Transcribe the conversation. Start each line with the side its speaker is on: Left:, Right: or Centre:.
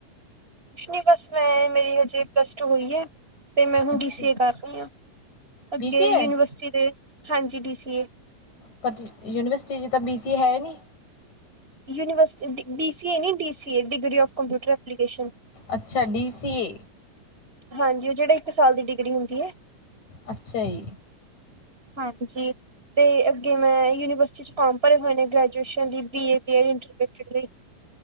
Right: ਕੁਛ ਨੀ ਬਸ ਮੈਂ ਮੇਰੀ ਹਜੇ ਪਲੱਸ ਟੂ ਹੋਈ ਐ। ਤੇ ਮੈਂ ਹੁਣ
Left: ਅੱਛਾ
Right: ਬੀਫ ਸੀ ਏ ਕਰ ਰਹੀ ਹਾਂ। ਅੱਗੇ
Left: ਬੀ ਸੀ
Right: ਯੂਨੀਵਰਸਿਟੀ
Left: ਏ
Right: ਦੇ, ਹਾਂਜੀ ਬੀ ਸੀ ਏ।
Left: ਪਰ ਯੂਨੀਵਰਸਿਟੀ 'ਚ ਤਾਂ ਬੀ ਸੀ ਏ ਹੈ ਨਹੀਂ।
Right: ਯੂਨੀਵਰਸਿਟੀ ਬੀ ਸੀ ਏ ਨਹੀਂ D C A degree of computer application.
Left: ਅੱਛਾ ਡੀ ਸੀ ਏ।
Right: ਹਾਂਜੀ ਉਹ ਜਿਹੜਾ ਇੱਕ ਸਾਲ ਦੀ ਡਿਗਰੀ ਹੁੰਦੀ ਏ।
Left: ਅੱਛਾ! ਜੀ
Right: ਹਾਂਜੀ, ਤੇ ਅੱਗੇ ਮੈਂ ਯੂਨੀਵਰਸਿਟੀ ਚ ਫੋਰਮ ਭਰੇ ਹੋਏ ਨੇ ਗ੍ਰੈਜੂ ਟਿਉਸ਼ਨ ਦੀਦੀ ਏ <unintelligible>